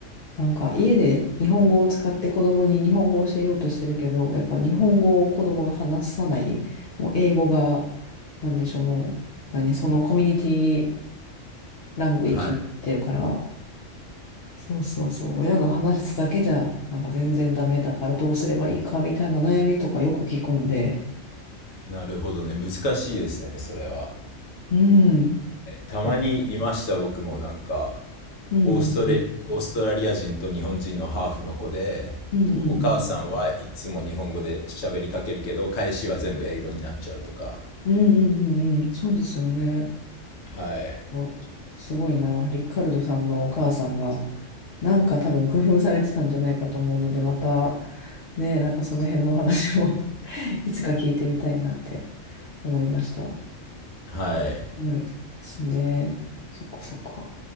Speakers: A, on the left; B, on the left.
A: なんか家で日本語を使って子供に日本語を教えようとしてるけど、やっぱ日本語を子供が話さない、もう英語が、なんでしょう、もう、何、そのコミュニティラングエッジになってるから、
B: はい。
A: そうそうそう、親が話すだけじゃ、なんか全然ダメだからどうすればいいかみたいな悩みとかよく聞くんで、
B: なるほどね。難しいですね、それは。
A: うん、
B: たまにいました、
A: うん
B: 僕もなんか、
A: うんうん、
B: オーストレ、オーストラリア人と日本人のハーフの子で、
A: うんうんうん、
B: お母さんはいつも日本語で喋りかけるけど、返しは全部英語になっちゃうとか。
A: うんうんうんうん、そうですよね。
B: はい。
A: おすごいな。リカルドさんのお母さんが、なんか多分工夫されてたんじゃないかと思うので、また、ね、なんかその辺の話を <laughs> いつか聞いてみたいなって思いました。
B: はい。
A: はい。ですね。そっかそっか。